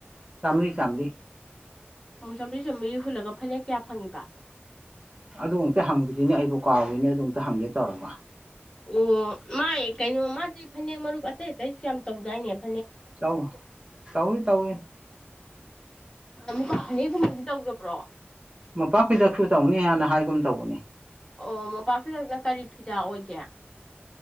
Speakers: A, on the right; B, on the left.
A: ꯆꯥꯝꯃꯔꯤ ꯆꯥꯝꯃꯔꯤ
B: ꯆꯝꯃꯔꯤ ꯆꯨꯝꯃꯔꯤ ꯍꯨꯂꯒ ꯐꯅꯦꯛ ꯀꯌꯥ ꯐꯪꯉꯤꯕ
A: ꯑꯗꯨ ꯑꯃꯗ ꯍꯪꯗꯔ꯭ꯤꯅꯦ ꯑꯩꯕꯣ ꯀꯥꯎꯋꯏꯅꯦ ꯑꯗꯨꯝꯇ ꯍꯪꯒꯦ ꯇꯧꯔꯒ
B: ꯑꯣ ꯃꯥꯥꯏ ꯀꯩꯅꯣ ꯃꯥꯗꯤ ꯐꯅꯦꯛ ꯃꯔꯨꯞ ꯑꯇꯩ ꯑꯇꯩꯁꯨ ꯌꯥꯝ ꯇꯧꯗꯥꯏꯅꯦꯕ
A: ꯇꯧ ꯇꯧꯏ ꯇꯧꯏ
B: ꯃꯨꯀꯥ ꯐꯅꯦꯛꯒꯨꯝꯃꯥꯏꯗꯤ ꯇꯧꯗꯕ꯭ꯔꯣ
A: ꯃꯄꯥ ꯀꯩꯗꯁꯨ ꯇꯧꯅꯤ ꯍꯥꯏꯅ ꯍꯥꯏꯒꯨꯝ ꯇꯧꯕꯅꯦ
B: ꯑꯣ ꯃꯣꯄꯥꯛ ꯐꯗꯛꯅ ꯀꯔꯤ ꯐꯤꯗꯥ ꯑꯣꯏꯒꯦ